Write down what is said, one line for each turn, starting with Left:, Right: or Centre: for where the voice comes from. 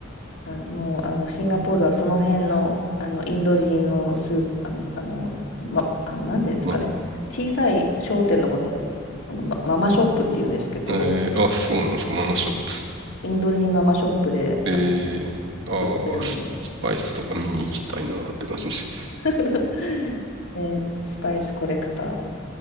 Left: あもうあのシンガポールはその辺の、あのインド人のスーあの、あの、ま、あのなんていうんですかね、
Right: まあ、
Left: 小さい商店のことをあの、まママショップっていうんですけど、
Right: えー、あ、そうなんですか、ママショッ
Left: インド人ママショップであの
Right: プ。えー、あーススパイスとか見に行きたいなって感じ。
Left: 売ってるんで、
Right: ス
Left: <laughs> でスパイスコレクター。